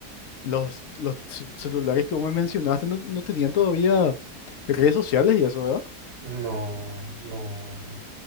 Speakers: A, on the left; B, on the right.
A: los, los ce- celulares que vos me mencionaste no, no tenían todavía redes sociales y eso, ¿verdad?
B: No, no, no.